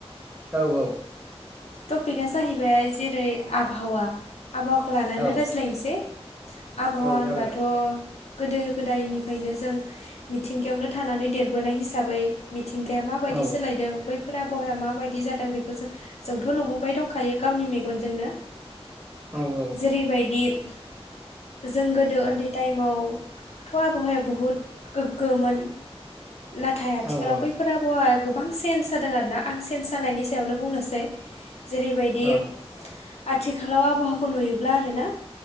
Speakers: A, on the right; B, on the left.
A: औ औ।
B: टपिकआ जाहैबाय जेरै आबहावा आबहावाखौ लानानै
A: औ
B: रायज्लायनोसै। आबहावा
A: औ
B: होनबाथ'
A: जागोन
B: गोदो गोदायनिफ्रायनो जों मिथिंगायावनो थानानै देरबोनाय हिसाबै मिथिं गाया माबायदि
A: औ
B: सोलायदों बैफोर आबहावाया माबायदि जादों बेखौ जों जोंथ' नुबोबाय दंखायो गावनि मेगनजोंनो।
A: औ औ
B: जेरैबायदि <inaudible> जों गोदो उन्दै टाइमावथ' आबहावाया बुहुत गोग्गोमोन। नाथाय आथिखालाव
A: औ
B: बैफोर आब'हावावा गोबां चेन्ज जादों आरो ना आं चेन्ज जानायनि सायावनो बुंनोसै। जेरैबायदि
A: औ
B: आथिखालाव आबहावाखौ नुयोब्ला आरोना